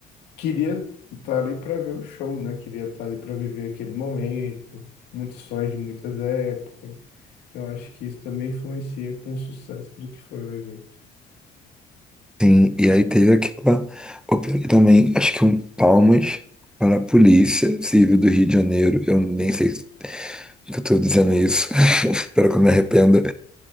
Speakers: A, on the left; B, in the centre.
A: queria estar ali para ver o show, né? Queria estar ali para viver aquele momento, muitos sonhos de muitas épocas. Então, acho que isso também influencia com o sucesso do que foi o evento.
B: Sim, e aí teve aquela. Eu peguei também, acho que um palmas para a Polícia Civil do Rio de Janeiro. Eu nem sei se eu estou dizendo isso, <laughs> espero que eu me arrependa,